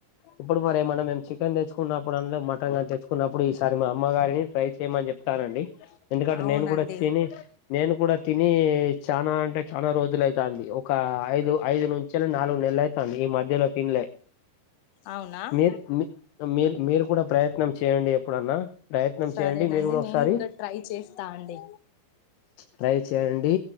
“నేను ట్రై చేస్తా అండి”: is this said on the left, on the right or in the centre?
Left